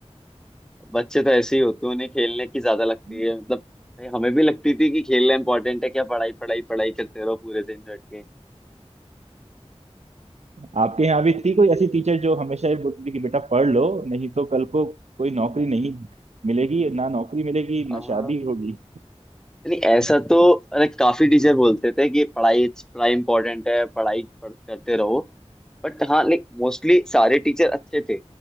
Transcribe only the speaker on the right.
<laughs>
आपके यहाँ भी थी कोई ऐसी टीचर जो हमेशा ये बोलती थी कि बेटा पढ़ लो नहीं तो कल को कोई नौकरी नहीं मिलेगी ना नौकरी मिलेगी
ना शादी होगी